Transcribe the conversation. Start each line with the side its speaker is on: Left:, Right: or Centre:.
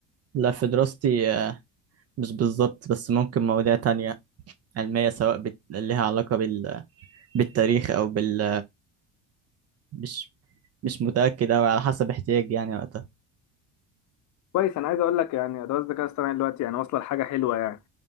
Right: لا في دراستي آه، مش بالظبط بس ممكن مواضيع تانية علمية سواء بت... ليها علاقة بال... بالتاريخ أو بال مش مش متأكد أوي على حسب احتياجي يعني وقتها
Left: كويس انا عايز اقول لك يعني ادوات الذكاء الاصطناعي دلوقتي يعني واصله لحاجه حلوه يعني